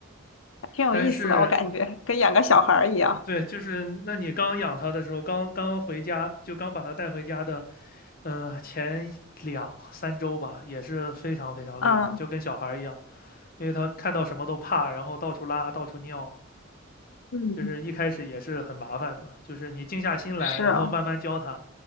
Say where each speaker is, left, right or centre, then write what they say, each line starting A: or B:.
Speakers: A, on the left; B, on the left.
A: 还挺有意思的，
B: 但是
A: 我感觉跟养个小孩儿一样。
B: 对，就是那你刚养它的时候，刚刚回家，就刚把它带回家的，嗯、前两三周吧，也是非常非常累的，
A: 嗯
B: 就跟小孩儿一样，因为他看到什么都怕，然后到处拉，到处尿，
A: 嗯，
B: 就是一开始也是很麻烦的，就是你静下心来，
A: 是啊，
B: 然后慢慢教它，